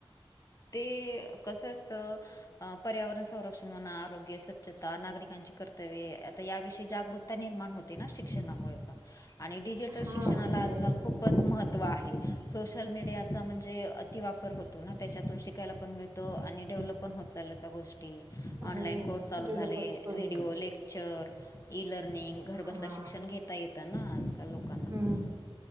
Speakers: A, on the left; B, on the right.
A: ते कसं असतं अ पर्यावरण संरक्षण म्हणा, आरोग्य, स्वच्छता, नागरिकांची कर्तव्ये आता याविषयी जागरूकता निर्माण होते. ते ना शिक्षणामुळे पण, आणि डिजिटल
B: हा
A: शिक्षणाला
B: ते
A: आजकाल
B: तर आहेच
A: खूप खूपच महत्त्व आहे. सोशल मीडियाचा म्हणजे अतिवापर होतो ना त्याच्यात शिकायला पण मिळतं आणि डेव्हलप पण होत चालल्यात ह्या गोष्टी. तेच. ऑनलाईन
B: हो
A: कोर्स चालू
B: डेव्हलपच
A: झाले
B: होय.
A: व्हिडिओ लेक् टीचर ई लर्निंग घरबसल्या
B: हा
A: शिक्षण घेता येतं ना आजकाल लोकांना.
B: हम्म
A: पण